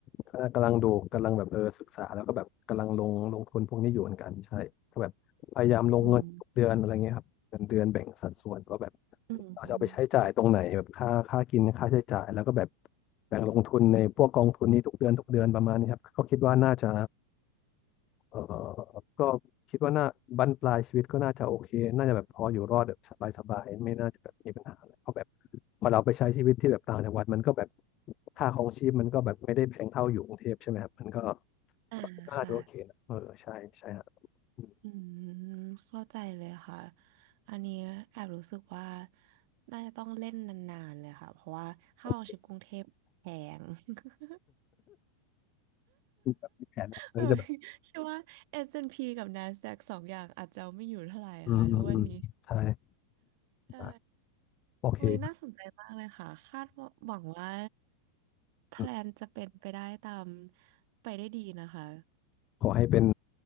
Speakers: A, on the left (about 35°); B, on the right (about 50°).
A: ก็กำลังดูกำลังแบบเออศึกษาแล้วก็แบบกำลังลงลงทุนพวกนี้อยู่เหมือนกันใช่ก็แบบพยายามลงเงินทุกเดือนอะไรเงี้ยครับเดือนเดือนแบ่งสัดส่วนว่าแบบ
B: อืม อืม
A: เราจะเอาไปใช้จ่ายตรงไหนแบบค่าค่ากินค่าใช้จ่ายแล้วก็แบบแบ่งลงทุนในพวกกองทุนนี้ทุกเดือนทุกเดือนประมาณนี้ครับก็คิดว่าน่าจะ เออก็คิดว่าน่าบั้นปลายชีวิตก็น่าจะโอเค น่าจะแบบพออยู่รอดแบบสบายๆไม่น่าจะแบบมีปัญหาอะไรเพราะแบบพอเราไปใช้ชีวิตที่แบบต่างจังหวัดมันก็แบบค่าครองชีพมันก็แบบไม่ได้แพงเท่าอยู่กรุงเทพใช่ไหมครับมันก็
B: อ่าค่ะ
A: ก็น่าจะโอเคนะเออใช่ใช่ฮะอืม
B: อืมเข้าใจเลยค่ะอันนี้แอบรู้สึกว่าน่าจะต้องเล่นนานๆเลยค่ะเพราะว่าค่าครองชีพกรุงเทพแพง
A: โอเค
B: <laughs>
A: แบบมีแผนมันจะแบบ
B: เออคิดว่า S&P กับ NASDAQ สองอย่างอาจจะเอาไม่อยู่เท่าไหร่ค่ะทุกวันนี้
A: อืมอืมอืมใช่
B: ใช่
A: ครับโอเคครับ
B: โอ้ยน่าสนใจมากเลยค่ะคาดว่าหวังว่าแพลนจะเป็นไปได้ตาม
A: อืม
B: ไปได้ดีนะคะ
A: ขอให้เป็น